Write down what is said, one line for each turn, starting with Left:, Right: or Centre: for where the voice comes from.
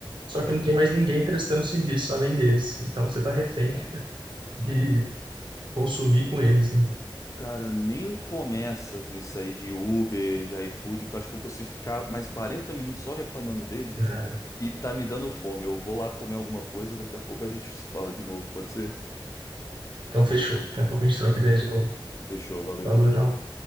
Right: só que não tem mais ninguém prestando serviço além deles. Então você está refém de consumir com eles, né?
Left: Cara, nem começa com isso aí de Uber, de iFood, que eu acho que eu consigo ficar mais 40 minutos só reclamando deles
Right: É,
Left: e tá me dando fome. Eu vou lá comer alguma coisa, daqui a pouco a gente se fala de novo, pode ser?
Right: Então fechou. Daqui a pouco a gente troca ideia de novo.
Left: Fechou, valeu.
Right: Valeu, João.